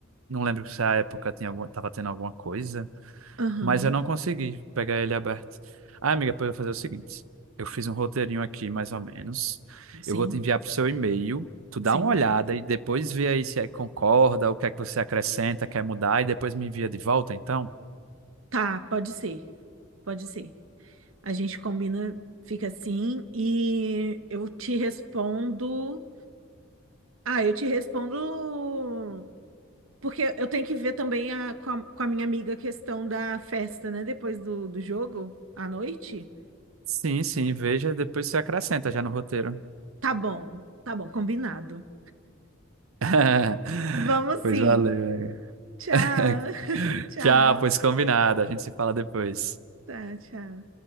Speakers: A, on the right (about 85°); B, on the right (about 75°).
A: não lembro se a época tinha alguma, tava tendo alguma coisa.
B: Aham,
A: Mas eu não consegui pegar ele aberto. Ah, amiga, pode fazer o seguinte: eu fiz um roteirinho aqui, mais ou menos.
B: Sim,
A: Eu vou te enviar pro seu e-mail. Tu dá
B: sim.
A: uma olhada e depois vê aí se é- que concorda, o que é que você acrescenta, quer mudar, e depois me envia de volta, então?
B: Tá, pode ser, pode ser. A gente combina, fica assim, e eu te respondo. Ah, eu te respondo porque eu tenho que ver também a- com a, com a minha amiga a questão da festa, né? Depois do, do jogo, à noite.
A: Sim, sim, veja, depois você acrescenta já no roteiro.
B: Tá bom, tá bom, combinado.
A: <laughs>
B: Vamos
A: Pois
B: sim.
A: valeu. <laughs>
B: Tchau,
A: amiga.
B: <laughs> tchau,
A: Tchau, pois combinado. A gente se fala depois.
B: tá, tchau.